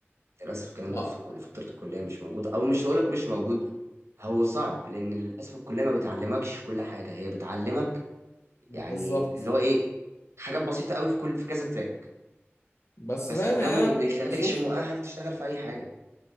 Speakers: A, on the right (about 75°); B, on the left (about 75°).
A: للاسف الكلام
B: ما
A: ده في كل فتره الكليه مش موجود او مش هقولك مش موجود هو صعب لان للاسف الكليه ما بتعلمكش كل حاجه هي بتعلمك
B: بالظبط
A: يعني اللي هو ايه حاجات بسيطه قوي في كل في كذا تراك
B: بس
A: بس
B: فاهم
A: ده
B: يعني
A: ما
B: انا
A: ما يخليكش
B: بشوف
A: مؤهل تشتغل في اي حاجه